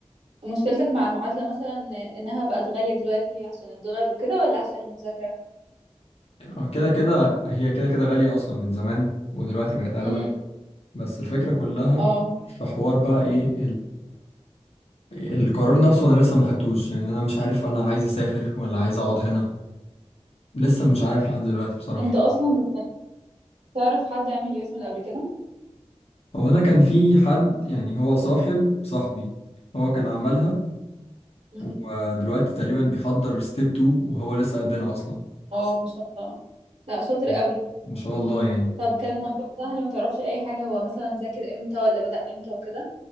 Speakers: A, on the right; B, on the left.
A: مشكلتك مع المعادله مثلا انها بقت غاليه دلوقتي عشان الدولار وكده ولا عشان المذاكره
B: آه، كده كده هي كده كده غاليه اصلا من زمان ودلوقتي بقت اغلى
A: امم
B: بس الفكره كلها
A: اه
B: في حوار بقى ايه القرار نفسه انا لسه ما خدتوش يعني انا مش عارف انا عايز اسافر ولا عايز اقعد هنا لسه مش عارف لحد دلوقتي بصراحة
A: انت اصلا تعرف حد عامل يوزمل قبل كده
B: هو انا كان في حد يعني هو صاحب صاحبي هو كان عملها
A: مم.
B: ودلوقتي تقريبا بيحضر ستيب 2 وهو لسه قدنا اصلا
A: اه ما شاء الله لا شاطر
B: مم.
A: قوي
B: ما شاء الله يعني
A: طب كان الموضوع سهل ما تعرفش اي حاجه هو مثلا ذاكر امتى ولا بدأ امتى وكده